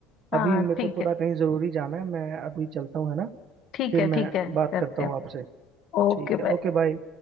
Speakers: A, on the right; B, on the left.
A: अभी
B: हाँ
A: मेरे
B: ठीक
A: को थोड़ा
B: है
A: कहीं जरूरी जाना है मैं अभी चलता हूँ है ना
B: ठीक
A: फिर
B: है ठीक
A: मैं
B: है
A: बात
B: करते
A: करता हूँ
B: हैं
A: आपसे
B: Okay
A: ठीक
B: bye
A: है ओके बाय